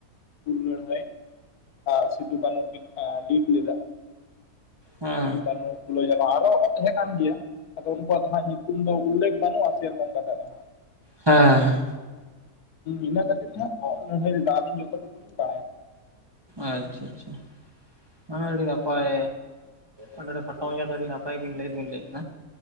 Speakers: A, on the left (about 80°); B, on the right (about 20°).
A: ᱦᱩᱞ ᱞᱟᱹᱲᱦᱟᱹᱭ ᱟᱜ ᱥᱤᱫᱩ ᱠᱟᱹᱱᱦᱩ ᱠᱤᱱ ᱞᱤᱰ ᱞᱮᱫᱟ᱾
B: ᱦᱮᱸ
A: ᱥᱤᱫᱩ ᱠᱟᱹᱱᱦᱩ ᱯᱷᱩᱞᱚ ᱡᱷᱟᱱᱚ ᱟᱨᱦᱚᱸ ᱠᱚ ᱛᱟᱦᱮᱸᱜ ᱠᱟᱱ ᱜᱮᱭᱟ᱾ ᱟᱫᱚ ᱩᱱᱠᱩᱣᱟᱜ ᱫᱚ ᱦᱟᱸᱜ ᱧᱩᱛᱩᱢ ᱫᱚ ᱩᱞᱞᱮᱠᱷ ᱵᱟᱹᱱᱩᱜᱼᱟ ᱥᱮᱨᱚᱠᱚᱢ ᱠᱟᱛᱮ ᱫᱚ ᱦᱟᱸᱜ᱾
B: ᱦᱮᱸ ᱦᱮᱸ ᱦᱮᱸ
A: ᱤᱱᱟᱹ ᱠᱷᱟᱹᱛᱤᱨ ᱛᱮ <unintelligible> ᱦᱟᱜ ᱚ ᱞᱟᱹᱲᱦᱟᱹᱭ ᱮᱫᱟ, ᱟᱞᱤᱧ ᱡᱚᱛᱚ ᱴᱩᱠᱩ ᱞᱤᱧ ᱵᱟᱲᱟᱭᱟ᱾
B: ᱟᱪᱪᱷᱟ ᱟᱪᱪᱷᱟ᱾ ᱦᱮᱸ ᱟᱹᱰᱤ ᱱᱟᱯᱟᱭ᱾ ᱚᱸᱰᱮ <unintelligible> ᱯᱟᱴᱟᱣ ᱫᱚ ᱟᱹᱰᱤ ᱱᱟᱯᱟᱭ ᱵᱤᱱ ᱞᱟᱹᱭ ᱵᱤᱱ ᱞᱟᱹᱭ